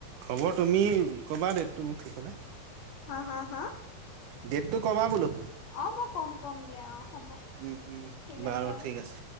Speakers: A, on the right (about 75°); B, on the left (about 75°).
A: খবৰ তুমি কবা দেট। তুমি মোক কি কলা?
B: হা -হা -হা?
A: ডেটটো কবা বোলো।
B: অঁ, মই কম -কম দিয়া। হ'ব
A: উম উম
B: ঠিক
A: বাৰু
B: আছে অঁ।
A: ঠিক আছে।